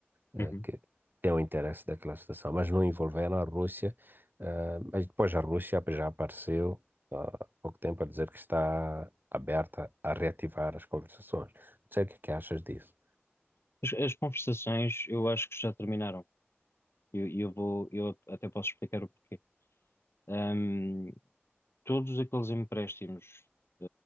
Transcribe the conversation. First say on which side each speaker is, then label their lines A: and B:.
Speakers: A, on the right; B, on the left.
A: eh,
B: Uhum.
A: que tem o interesse daquela situação, mas não envolveram a Rússia. eh, mas depois a Rússia já apareceu ah, há pouco tempo a dizer que está aberta a reativar as conversações. Não sei o que é que achas disso.
B: As, as conversações eu acho que já terminaram. E eu, e eu vou, eu até posso explicar o porquê. Ahm, todos aqueles empréstimos, eh,